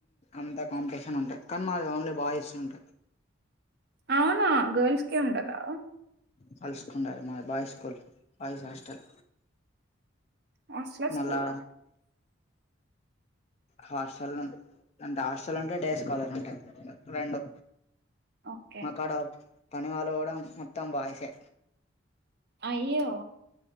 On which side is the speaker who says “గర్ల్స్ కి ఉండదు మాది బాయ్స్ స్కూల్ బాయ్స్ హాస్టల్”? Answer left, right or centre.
Left